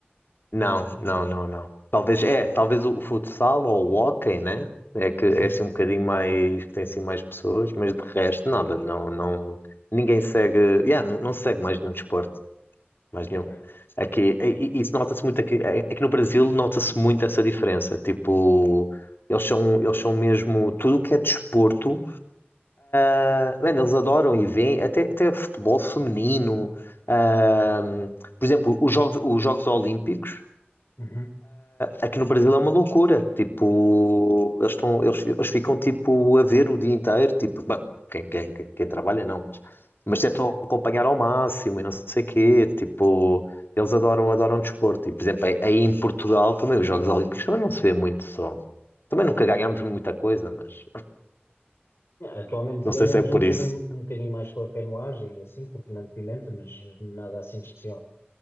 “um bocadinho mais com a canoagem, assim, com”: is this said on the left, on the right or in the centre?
Left